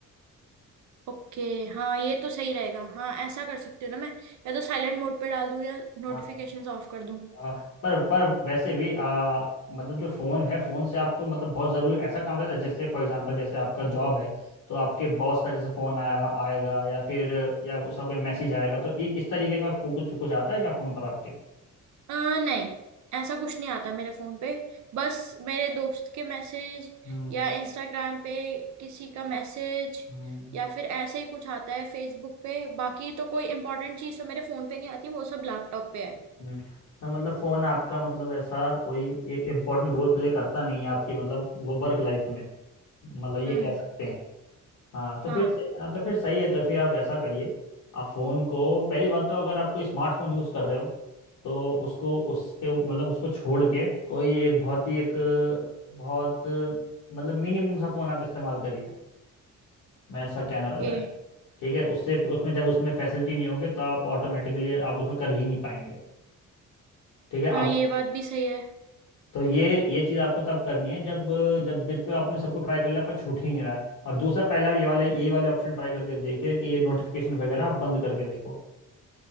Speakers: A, on the right (about 65°); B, on the left (about 80°).
A: ओके हाँ ये तो सही रहेगा हाँ ऐसा कर सकती हूँ ना मैं या तो साइलेंट मोड पे डाल दूँ या नोटिफिकेशंस
B: हाँ
A: ऑफ कर दूँ
B: हाँ, पर पर वैसे भी आ, मतलब जो फ़ोन है फ़ोन से आपको मतलब बहुत ज़रूरी ऐसा काम रहता है जैसे फॉर एग्जांपल जैसे आपका जॉब है तो आपके बॉस का जैसे फ़ोन आएगा आएगा या फिर या उसका कोई मैसेज आएगा तो इ, इस तरीके का कुछ कुछ आता है क्या फ़ोन पर आपके
A: अ, नहीं ऐसा कुछ नहीं आता मेरे फोन पे बस मेरे दोस्त के मैसेज
B: हम्म
A: या इंस्टाग्राम पे किसी का मैसेज
B: हम्म,
A: या फिर ऐसे ही कुछ आता है फेसबुक पे बाकी तो कोई इंपॉर्टेंट चीज़ तो मेरे फोन पे नहीं आती वो सब लैपटॉप पे है
B: हम्म। तो मतलब फोन आपका मतलब ऐसा कोई एक इम्पोर्टेंट रोल प्ले करता नहीं है आपकी मतलब वो वर्क लाइफ में मतलब ये
A: हम्म
B: कह सकते हैं हाँ तो
A: हाँ
B: फिर सही हाँ तो फिर सही है तो फिर आप ऐसा करिए आप फ़ोन को पहली बात तो अगर आप कोई स्मार्टफोन यूज़ कर रहे हो तो उसको उसके मतलब उसको छोड़ के कोई एक बहुत ही एक बहुत मतलब मिनिमम सा फ़ोन आप इस्तेमाल करिए मैं ऐसा कहना
A: ओके
B: मैं ठीक है उससे उसमें जब उसमें फैसिलिटी नहीं होंगे तो आप ऑटोमेटिकली आप उसमें कर ही नहीं पाएंगे ठीक है
A: हाँ
B: अगर
A: ये बात भी सही है
B: तो ये ये चीज़ आपको तब करनी है जब जब बिल पे आपने सबको ट्राई कर लिया पर छूट ही नहीं रहा है और दूसरा पहले आप ये वाले यही वाले ऑप्शन ट्राई करके देखिए कि ये नोटिफिकेशन वगैरह आप बंद करके देखो